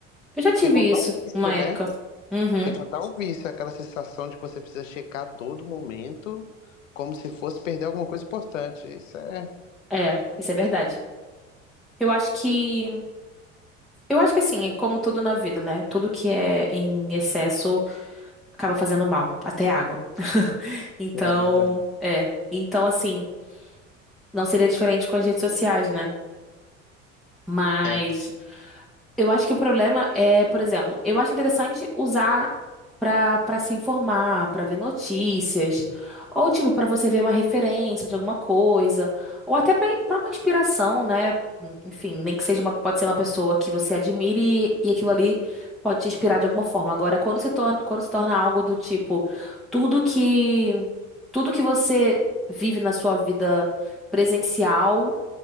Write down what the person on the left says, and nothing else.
Sem contar
o vício,
né?
Sem contar o vício, aquela sensação de que você precisa checar a todo momento, como se fosse perder alguma coisa importante. Isso é.
É verdade.
É.